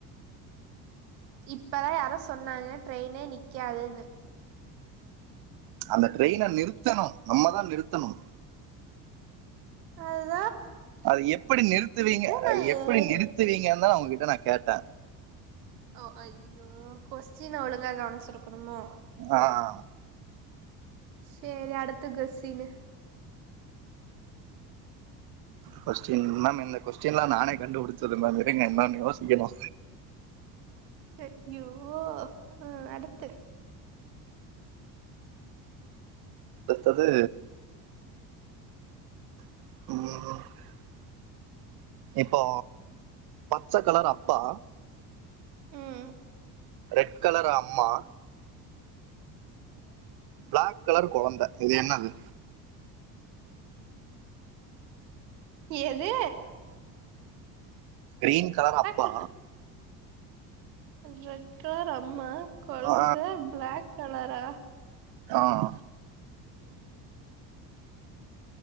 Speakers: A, on the right (about 80°); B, on the right (about 50°).
A: இப்பதா யாரோ சொன்னாங்க ட்ரெயினே நிக்காதுன்னு
B: அந்த ட்ரெயின நிறுத்தணு நம்மதா நிறுத்தணு
A: அது
B: அது எப்டி நிறுத்துவீங்க
A: நா ஏறி
B: ப்படி நிறுத்துவீங்க நா உங்ககிட்ட நா கேட்டே
A: ஓ ஐயோ கொஸ்டின ஒழுங்கா கவனிச்சிருக் அப்புறமா
B: ஆஹ்
A: சேரி அடுத்த கொஸ்டீனு
B: கொஸ்டின் மேம் இந்த கொஸ்டின்லா நானே கண்டுபிடிச்சது மேம் இருங்க இன்னொன்னு யோசிக்கணு
A: அ ஐயோ ஓ அ அடுத்து
B: அடுத்தது <inaudible> இப்போ பச்ச கலர் அப்பா
A: ம்
B: ரெட் கலர் அம்மா
A: அது ஒரு காத்து
B: பிளாக் கலர் குழந்த இது என்னது
A: ஏது
B: கிரீன் கலர் அப்பா
A: கலர் ரெட் கலர் அம்மா குழந்த
B: ஆ
A: பிளாக் கலரா
B: ஆஹ
A: உம்